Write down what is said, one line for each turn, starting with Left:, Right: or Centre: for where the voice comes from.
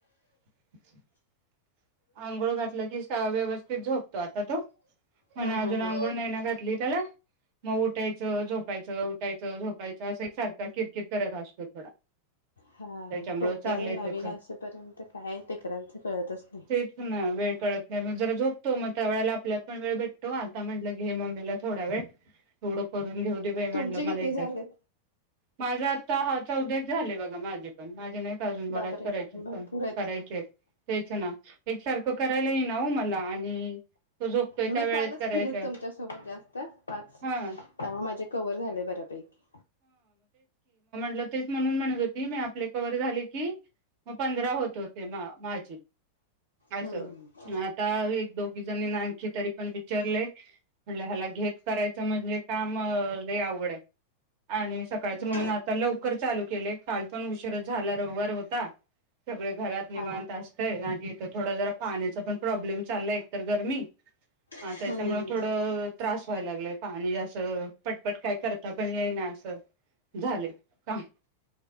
Right: <inaudible> आंघोळ घातल की सा व्यवस्थित झोपतो आता तो हो
Left: हम्म
Right: ना अजून
Left: हम्म हम्म
Right: अंघोळ नाय ना घातली त्याला म उठायच झोपायच उठायच झोपायच अस एक सारख किरकिर करत असतोय थोडा
Left: हा
Right: त्याच्यामुळ
Left: होतय
Right: चाललंय
Left: ते नवीन
Right: त्याच
Left: असेपर्यंत काय तेकरांच कळतच नाय.
Right: तेच ना वेळ कळत नाही म जरा झोपतो मग त्यावेळेला आपल्यात पण वेळ भेटतो आता म्हटल घे मम्मीला थोडा वेळ एवढ करून घेऊ दे बाय म्हटल
Left: तुमचे
Right: मला
Left: किती
Right: एकदा
Left: झालेत?
Right: माझ आता हा चौदाच झालेय बघा माझे पण माझे नाहीत अजून बराच
Left: बापरे
Right: करायच्या
Left: भरपूर
Right: पण
Left: आहेत
Right: करायचेत तेच ना एक सारख करायला येईना वो मला आणि तो झोपतोय
Left: मी
Right: त्या वेळेत
Left: कालच
Right: करायचाय
Left: केेलेत तुमच्यासोबत जास्त पाच
Right: हा
Left: त्यामुळ माझे कवर झाले बऱ्यापैकी
Right: त तेच म्हणून म्हणत होती मी आपले कवर झाले की म पंधरा होत होते म माझे अस
Left: हम्म
Right: आता एक दोघी जनींना आणखी तरी पण विचारलय म्हणले हयाला घेत करायच म्हणजे काम लय आवघडये आणि सकाळच म्हणून
Left: हो
Right: आता लवकर चालू केले काल पण उशीर च झाला रववार होता सगळे घरात निवांत
Left: हा
Right: असतय आणि त थोडा जरा पाण्याचा पण प्रॉब्लेम चाललाय एक तर गरमी हा
Left: हम्म
Right: त्याच्यामुळे
Left: हम्म
Right: थोड त्रास व्हायला लागलाय पाणी पटपट काय करता पण येई ना अस झालय काम